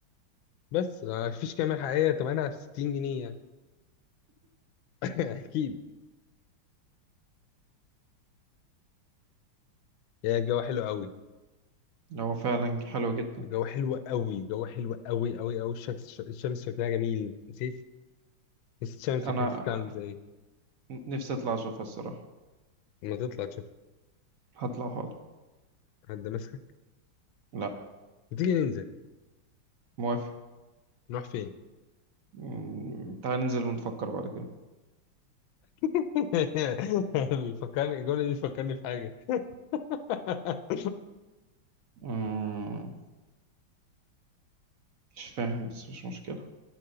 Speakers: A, on the left (about 75°); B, on the right (about 50°).
A: بس آه، مفيش كاميرا حقيقية تمنها في 60 جنيه يعني <laughs> أكيد يعني الجو حلو قوي
B: هو فعلا حلو جدا
A: الجو حلو قوي الجو حلو قوي قوي قوي الشمس الشمس شكلها جميل نسيت نسيت الشمس
B: انا
A: شكلها عامل ازاي
B: نفسي اطلع اشوفها الصراحة
A: لما تطلع تشوف
B: هطلع حاضر
A: حد ماسكك
B: لا
A: وتيجي ننزل
B: موافق
A: نروح فين
B: مم، تعال ننزل ونفكر بعد كده
A: <laughs> بيفكرني الجملة دي بتفكرني في حاجة <laughs>
B: مم، مش فاهم بس مش مشكلة